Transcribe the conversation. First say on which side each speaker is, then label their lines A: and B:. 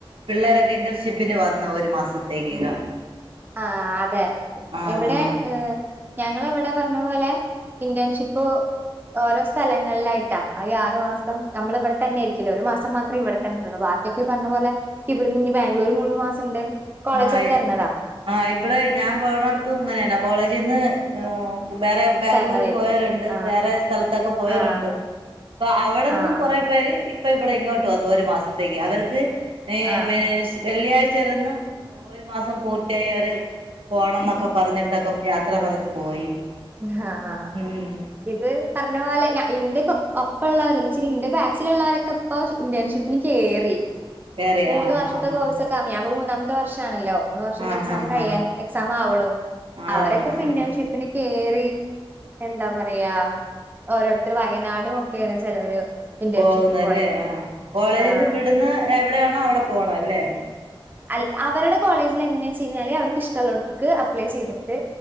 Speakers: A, on the right (about 70°); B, on the right (about 20°).
A: പിള്ളേരൊക്കെ ഇന്റർഷിപ്പിന് വന്നാ ഒരു മാസത്തേക്കകം
B: ആഹ് അതെ
A: ആഹ്
B: എവിടെ
A: ആഹ്
B: ഏഹ് ഞങ്ങള് ഇവടെ പറഞ്ഞ പോലെ ഇന്റേൺഷിപ്പ് ഓരോ സ്ഥലങ്ങളിലായിട്ടാ അത് ആറുമാസം നമ്മൾ ഇവിടെ തന്നെ ആയിരിക്കില്ലേ ഒരു മാസം മാത്രം ഇവിടെ തന്നെ ഉള്ളു ബാക്കി ഒക്കെ ഈ പറഞ്ഞ പോലെ ഇവിടുന്ന് ഇഞ്ഞ് ബാംഗ്ലൂര് മൂന്ന് മാസണ്ട് കോളേജ്ന്ന്
A: ആഹ്
B: തരണതാ
A: ആഹ് ഇവടെ ഞാൻ പോണോട്ത്തും ഇങ്ങനേണ് കോളേജിന്ന് ഏഹ് വേറെ ബാംഗ്ലൂര്
B: തരണതായിരിക്കും
A: പോയോരുണ്ട്
B: ആഹ്
A: വേറെ സ്ഥലത്തൊക്കെ പോയോരുണ്ട്
B: ആഹ്
A: അപ്പം അവടെന്ന്
B: ആഹ്
A: കൊറെ പേര് ഇപ്പ ഇവിടെ ഇങ്ങോട്ട് വന്നു ഒരു മാസത്തേയ്ക്ക് അവർക്ക് ഏഹ്
B: ആഹ്
A: മേ ശ് വെള്ളിയാഴ്ച്ചാരുന്നു ഒരു മാസം പൂർത്തിയായി അവര് പോണന്നൊക്കെ പറഞ്ഞിട്ടൊക്കെ യാത്ര പറഞ്ഞ് പോയി
B: ആഹ് ആഹ്
A: ഉം
B: ഇത് പറഞ്ഞ പോലെ ഞാ ഇന്റെക്കെ ഒപ്പള്ളവര് ഇന്നെച്ചാ ഇന്റെ ബാച്ചില്ള്ളവരൊക്കെ ഇപ്പൊ ഇന്റേൺഷിപ്പിന് കയറി
A: കേറി
B: മൂന്ന്
A: ആഹ്
B: വർഷത്തെ
A: ആഹ്
B: കോഴ്സ് തമിയാവുമ്പോ മൂന്നാമത്തെ വർഷാണല്ലോ മൂന്ന് വർഷന്റെ
A: ആഹ്
B: എക്സാമ്
A: ആഹ് ആഹ്
B: കഴിയാൻ എക്സാമാവ്ണു
A: ആഹ്
B: അവരൊക്ക
A: ആഹ്
B: പിന്നെ
A: ആഹ് ആഹ്
B: ഷെഫിനി കേറി എന്താ പറയാ ഓരോരുത്തര് വയനാടു ഒക്കെയാണ് ചെലവര് ഇന്റേൺഷിപ്പിന്
A: പോകുന്നല്ലേ
B: പോയേക്കണത്
A: ആ കോളേജിന്ന്
B: ആഹ്
A: വിടുന്ന എവിടെയാണോ അവിടെ പോണം അല്ലേ.
B: അ അവടെ കോളേജിൽ എങ്ങനെയാ വെച് കഴിഞ്ഞല് അവക്ക് ഇഷ്ടഉള്ളടുത്തക്ക് അപ്ലൈ ചെയ്തി ത്